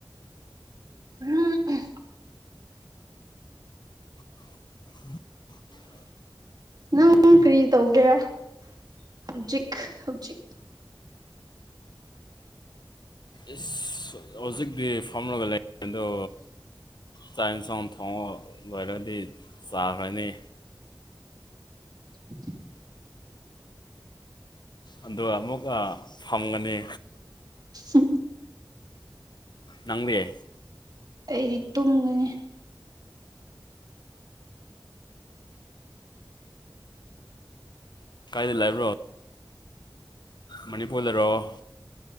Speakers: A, on the right (about 50°); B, on the left (about 60°).
A: ꯎꯝ
B: ꯎꯝ
A: ꯅꯪ ꯀꯔꯤ ꯇꯧꯒꯦꯔ ꯍꯧꯖꯤꯛ ꯍꯧꯖꯤꯛ
B: ꯏꯁ ꯍꯧꯖꯤꯛꯇꯤ ꯐꯝꯂꯒ ꯂꯩ ꯑꯗꯣ ꯆꯥꯛꯟꯁꯥꯎ ꯊꯣꯡꯉ ꯑꯣꯏꯔꯗꯤ ꯆꯥꯒꯅꯤ
A: <unintelligible>
B: ꯑꯗꯨꯒ ꯑꯃꯨꯛ ꯐꯪꯒꯅꯤ
A: ꯎꯝ
B: ꯅꯪꯗ
A: ꯑꯩꯗꯤ ꯇꯨꯝꯒꯅꯤ
B: ꯀꯥꯏꯗ ꯂꯩꯕ꯭ꯔꯣ ꯃꯅꯤꯄꯨꯔ ꯂꯩꯔꯣ